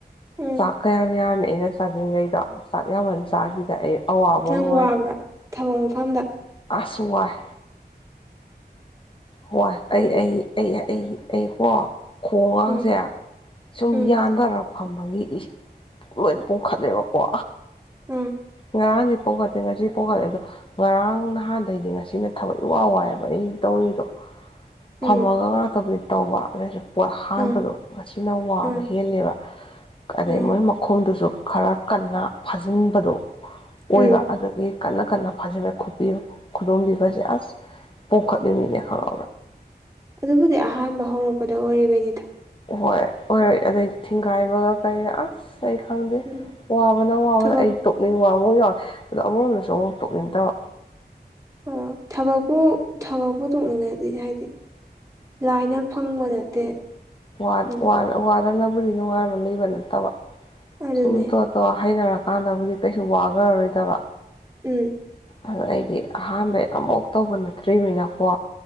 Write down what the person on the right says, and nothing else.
ꯎꯝ
ꯌꯥꯝ
ꯋꯥꯕ꯭ꯔꯥ
ꯊꯕꯛ ꯃꯐꯝꯗ
ꯎꯝ
ꯎꯝ
ꯎꯝ
ꯎꯝ
ꯎꯝ
ꯎꯝ
ꯎꯝ
ꯎꯝ
ꯎꯝ
ꯑꯗꯨꯕꯨꯗꯤ ꯑꯍꯥꯟꯕ ꯍꯧꯔꯛꯄꯗ ꯑꯣꯏꯔꯤꯕꯅꯤꯗ꯫
ꯎꯝ
ꯊꯕꯛ
ꯎꯝ ꯊꯕꯛꯄꯨ ꯊꯕꯛꯄꯨꯨ ꯇꯣꯛꯅꯤꯡꯉꯗꯤ ꯍꯥꯏꯗꯤ ꯂꯥꯏꯅ ꯐꯪꯕ ꯅꯠꯇꯦ꯫
ꯎꯝ
ꯑꯗꯨꯅꯦ
ꯎꯝ